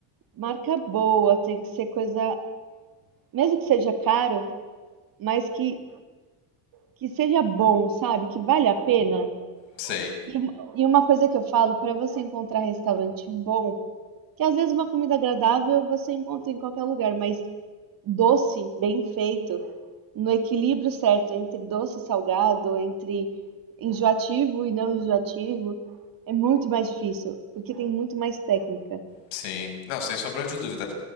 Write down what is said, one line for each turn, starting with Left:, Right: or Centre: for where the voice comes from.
Right: marca boa, tem que ser coisa, mesmo que seja caro, mas que, que seja bom, sabe? Que vale a pena.
Left: Sei.
Right: E, uma- e uma coisa que eu falo, para você encontrar restaurante bom, que às vezes uma comida agradável você encontra em qualquer lugar, mas doce, bem feito, no equilíbrio certo entre doce e salgado, entre enjoativo e não enjoativo, é muito mais difícil, porque tem muito mais técnica.
Left: Sim, não, sem sombra de dúvida.